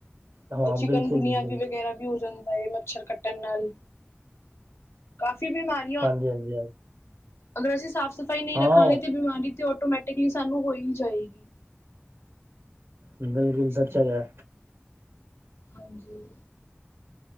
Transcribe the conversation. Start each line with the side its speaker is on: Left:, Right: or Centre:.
Right: ਹਾਂ
Left: ਚਿਕਨਗੁਨਿਆ
Right: ਬਿਲਕੁਲ ਬਿਲਕੁਲ
Left: ਵੀ ਵਗੈਰਾ ਵੀ ਹੋ ਜਾਂਦਾ ਹੈ, ਮਤਲਬ ਮੱਛਰ ਕੱਟਣ ਨਾਲ, ਕਾਫ਼ੀ ਬਿਮਾਰੀ
Right: ਹਾਂਜੀ, ਹਾਂਜੀ, ਹਾਂਜੀ।
Left: ਅਗਰ ਅਸੀਂ ਸਾਫ਼ ਸਫ਼ਾਈ ਨਹੀਂ
Right: ਹਾਂ
Left: ਰੱਖਾਂਗੇ ਤੇ ਬਿਮਾਰੀ ਤੇ ਆਟੋਮੈਟਿਕਲੀ ਸਾਨੂੰ ਹੋਈ ਜਾਏਗੀ।
Right: ਬਿਲਕੁਲ ਸੱਚ ਹੈਗਾ।
Left: ਹਾਂਜੀ।